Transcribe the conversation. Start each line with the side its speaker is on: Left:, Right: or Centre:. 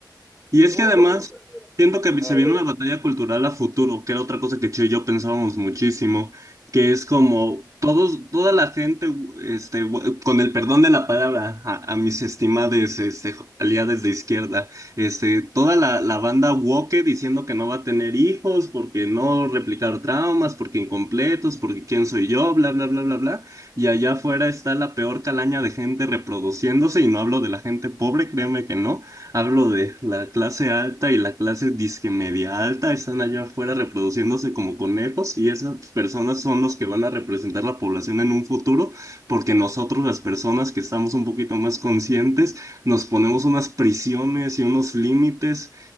Centre: no,
Right: Y es que además
Centre: no creo que sea.
Right: siento
Centre: Ajá,
Right: que se
Centre: a
Right: viene
Centre: ver.
Right: una batalla cultural a futuro, que era otra cosa que Che y yo pensábamos muchísimo, que es como todos, toda la gente, este, bu- con el perdón de la palabra, a, a mis estimades este, jo- aliadas de izquierda, este, toda la, la banda woke diciendo que no va a tener hijos, porque no replicar traumas, porque incompletos, porque quién soy yo, bla, bla, bla, bla, bla. Y allá afuera está la peor calaña de gente reproduciéndose, y no hablo de la gente pobre, créeme que no Hablo de la clase alta y la clase disque media alta están allá afuera reproduciéndose como conejos y esas personas son los que van a representar la población en un futuro porque nosotros las personas que estamos un poquito más conscientes nos ponemos unas prisiones y unos límites